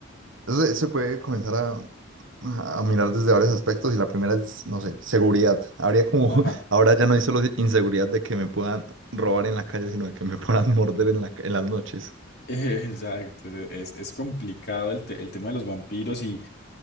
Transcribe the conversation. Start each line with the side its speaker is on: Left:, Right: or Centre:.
Right: eso se, se puede comenzar a, a mirar desde varios aspectos y la primera es, no sé, seguridad. Habría como,
Left: Ajá.
Right: <laughs> ahora ya no hay solo inseguridad de que me puedan robar en la calle, sino de que me puedan <laughs> morder en la, ca- en las noches.
Left: <laughs> Exacto, es, es- es complicado el, te- el tema de los vampiros y...